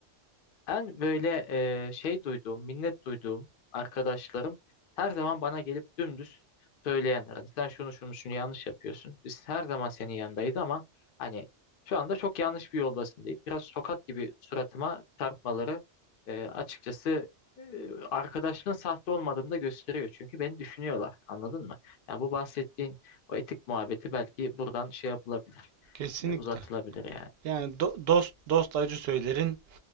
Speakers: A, on the left; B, on the right.
A: En böyle e, şey duyduğum, minnet duyduğum arkadaşlarım her zaman bana gelip dümdüz söyleyenler. Hani sen şunu şunu şunu yanlış yapıyorsun. Biz her zaman senin yanındayız ama hani şu anda çok yanlış bir yoldasın deyip biraz tokat gibi suratıma çarpmaları e, açıkçası e, arkadaşının sahte olmadığını da gösteriyor. Çünkü beni düşünüyorlar. Anladın mı? Yani bu bahsettiğin o etik muhabbeti belki buradan şey yapılabilir,
B: kesinlikle.
A: e, uzatılabilir yani.
B: Yani do- dost dost acı söylerin